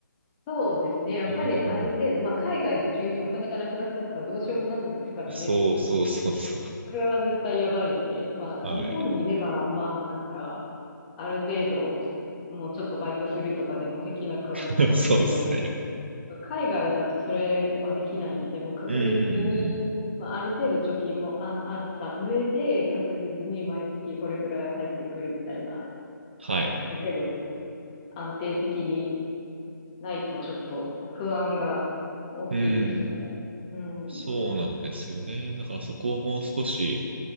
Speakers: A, on the left; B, on the right.
A: そうですね。やっぱりある程度、
B: うん。
A: まあ、海外で急にお金がなくなったとかどうしようもなんないですからね、
B: そうそうそうそう。
A: もう。それは絶対やばいんで、まあ、
B: はい。
A: 日本にいれば、まあ、なんか、ある程度、もうちょっとバイトするとかでもできなくはないかもしれないけど、
B: <laughs> そうですね。
A: 海外だとそれはできないんで、もう確実に、
B: うんうんうんうん。
A: まあ、ある程度貯金もあ、あった上で、確実に毎月これぐらいは入ってくるみたいな、
B: はい。
A: ある程度安定的にないとちょっと不安が大きいですよね。
B: うん。
A: うん。
B: そうなんですよね。だからそこをもう少し、